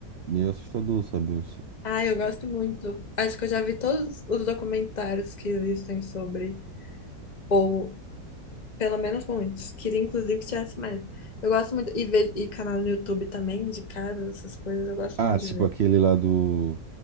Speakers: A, on the right (about 60°); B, on the left (about 25°).
A: meio assustador, sabe?
B: Ah, eu gosto muito. Acho que eu já vi todos os documentários que existem sobre, ou pelo menos muitos. Queria inclusive que tivesse mais. Eu gosto muito, e, ve- e canal no YouTube também, de casa, essas coisas, eu gosto
A: Ah,
B: muito
A: tipo
B: de ver.
A: aquele lá do